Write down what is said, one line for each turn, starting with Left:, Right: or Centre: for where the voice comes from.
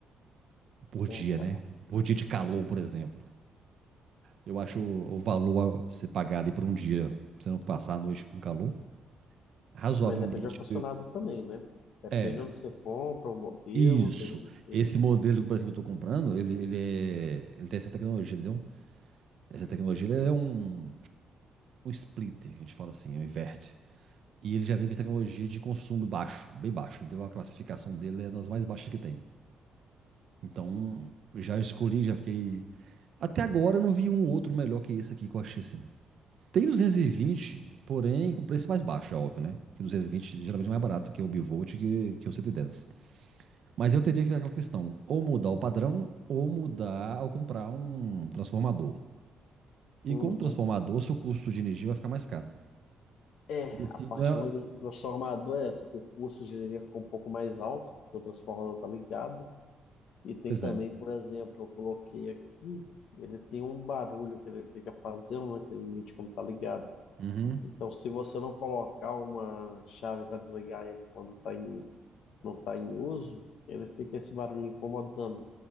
Right: por dia,
Left: É, cara.
Right: né? Por dia de calor, por exemplo. Eu acho o valor a você pagar ali por um dia, pra você não passar a noite com calor, razoavelmente
Left: Mas depende do ar-condicionado também, né? Depende
Right: É,
Left: de onde você compra, o modelo,
Right: isso.
Left: tem,
Right: Esse modelo que, por exemplo, eu estou comprando, ele, ele, é, ele tem essa tecnologia, entendeu? Essa tecnologia ele é um, um splitter, a gente fala assim, um inverte. E ele já vem com essa tecnologia de consumo baixo, bem baixo, entendeu? A classificação dele é nas mais baixas que tem. Então, já escolhi, já fiquei. Até agora eu não vi um outro melhor que esse aqui que eu achei assim. Tem 220, porém com preço mais baixo, é óbvio, né? Que 220 geralmente é mais barato que o Bivolt que, que o 110. Mas eu teria que aquela questão, ou mudar o padrão, ou mudar ao comprar um transformador. E
Left: Uhum.
Right: com o transformador, seu custo de energia vai ficar mais caro.
Left: É,
Right: E se
Left: a parte
Right: não
Left: ruim
Right: é...
Left: do transformador é essa, que o custo de energia ficou um pouco mais alto, porque o transformador tá ligado. E tem
Right: Pois
Left: também,
Right: é.
Left: por exemplo, eu coloquei aqui, ele tem um barulho que ele fica fazendo, né, que ele emite quando tá ligado.
Right: Uhum.
Left: Então, se você não colocar uma chave para desligar ele quando tá em, não tá em uso, ele fica esse barulho incomodando.